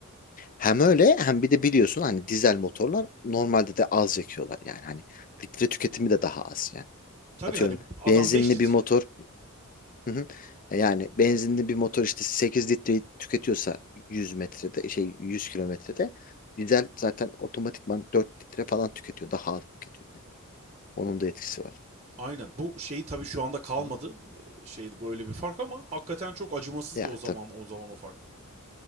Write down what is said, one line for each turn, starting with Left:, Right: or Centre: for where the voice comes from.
Left: Hem öyle hem bir de biliyorsun hani dizel motorlar normalde de az yakıyorlar yani. Hani litre tüketimi de daha az yani.
Right: Tabii
Left: Atıyorum
Right: hani adam
Left: benzinli
Right: 5 litre.
Left: bir motor hı hı. e, Yani benzinli bir motor işte 8 litreyi tüketiyorsa 100 metrede şey 100 kilometrede dizel zaten otomatikman 4 litre falan tüketiyor. Daha az tüketiyor yani. Onun da etkisi var.
Right: Aynen. Bu şeyi tabii şu anda kalmadı.
Left: Hı hı.
Right: Ee, Şey böyle bir fark ama hakikaten çok acımasızdı
Left: Ya
Right: o zaman
Left: tabii.
Right: o zaman o fark.